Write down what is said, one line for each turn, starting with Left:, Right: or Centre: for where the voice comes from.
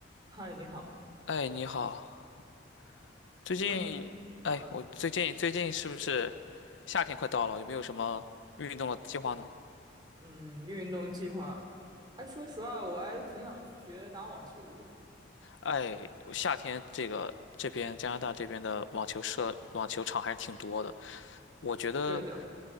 Right: 嗨，你好，
Left: 哎，你好，最近，
Right: 你有没
Left: 哎，
Right: 啊？
Left: 我最近最近是不是夏天快到了？有没有什么运动的计划呢？
Right: 嗯，运动计划。哎，说实话，我还挺想去学打网球的。
Left: 哎，夏天这个这边加拿大这边的网球社网球场还是挺多的。我觉得
Right: 是的，